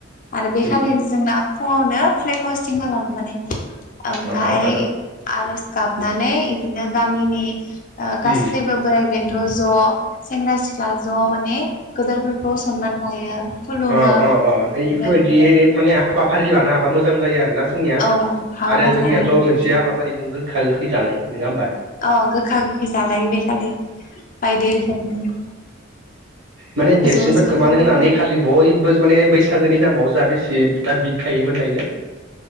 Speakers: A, on the left; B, on the right.
A: आरो बेखालिनो
B: उम उम
A: जोंना फुङावनो फ्लेग हस्टिं खालामाबानो माने ओमफाय
B: अ
A: आरज गाब नानै बिदिनो गामिनि गासैबो
B: उम
A: बोराइ बेन्थ' ज' सेंग्रा सिख्ला ज' माने गदोरफोरखौ सनमान लायो। खुलुमो
B: अ अ अ इफोरबायदि
A: ओमफ्राय
B: माने हाबाफारि लानो हाबा मोजां जायो आरो ना? जोंनिया
A: औ हाबाफारि
B: आरो जोंनियाथ'
A: लानो हायो
B: मोनसे हाबाफारिदों गोखा गोखै जानाय नङा होमबा?
A: अ गोखा गोखै जालायो बे खालि बायदि रोखोमनि
B: माने देरसिनफोरखौ
A: ज' ज'
B: मान
A: ज'नो
B: होनानै खालि बयबो माने बैसागोनि नि नामाव जा बेसे दा बि थायोमोन दायो